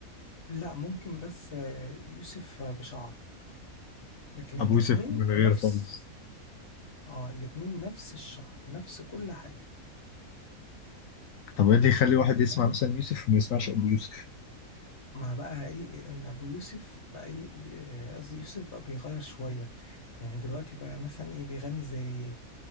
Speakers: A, on the left; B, on the left.
A: لا ممكن بس آه، يوسف آه، بشعر لكن الاتنين
B: أبو يوسف من غير
A: نفس
B: خالص
A: اه الاتنين نفس الشعر نفس كل حاجه
B: طب إيه اللي يخلي
A: يعني
B: واحد
A: فاهم
B: يسمع مثلا يوسف وما يسمعش أبو يوسف
A: مع بقى ايه ان ابو يوسف بقى ايه إيه، قصدي يوسف بقى بيغير شويه يعني دلوقتي بقى مثلا ايه بيغني زي